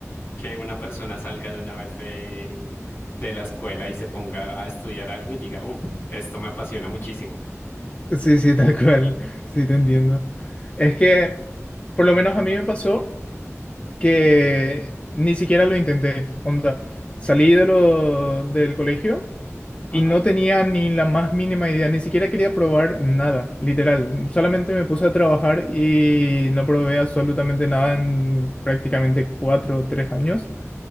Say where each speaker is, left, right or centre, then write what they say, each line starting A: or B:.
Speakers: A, on the left (about 50°); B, on the left (about 25°).
A: que una persona salga de una vez de, de la escuela y se ponga a estudiar algo y diga, uff, esto me apasiona muchísimo.
B: Sí, sí, <laughs> tal cual. Sí, te entiendo. Es que, por lo menos a mí me pasó que ni siquiera lo intenté. Onda, salí de lo, del colegio
A: Ajá,
B: Y no tenía ni la más mínima idea, ni siquiera quería probar nada, literal. Solamente me puse a trabajar y no probé absolutamente nada en prácticamente cuatro o tres años.